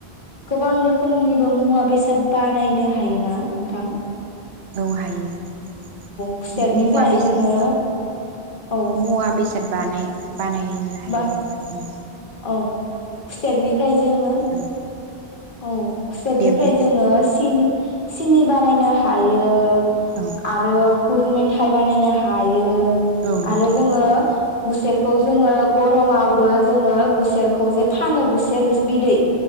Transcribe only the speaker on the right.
औ हायो
मुवा बेसाद
मुवा बेसाद बानाय बानायनो हायो
नोंथां उम
औ
दे बुं
औ
औ नोंथां